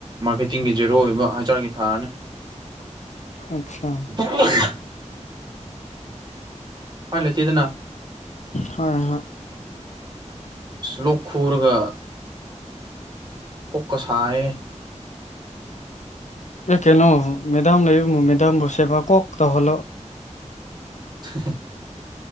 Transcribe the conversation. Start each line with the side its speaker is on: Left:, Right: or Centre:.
Right: ꯃꯥꯔꯀꯦꯇꯤꯡꯒꯤ ꯖꯦꯔꯣ ꯑꯣꯏꯕ ꯍꯩꯁ ꯑꯥꯔꯒꯤ ꯊꯥꯔꯅꯤ
Left: ꯑꯠꯁꯥ
Right: <inaudible> ꯎꯄꯥꯏ ꯂꯩꯇꯦꯗꯅ
Left: ꯍꯣꯏ ꯍꯣꯏ
Right: ꯂꯣꯛ ꯈꯨꯔꯒ ꯀꯣꯛꯀ ꯁꯥꯏꯌꯦ
Left: ꯑꯦ ꯀꯩꯅꯣ ꯃꯦꯗꯥꯝ ꯂꯩꯕꯕꯨ ꯃꯦꯗꯥꯝꯕꯨ ꯁꯦꯕ ꯀꯣꯛ ꯇꯧꯍꯜꯂꯣ
Right: <inaudible>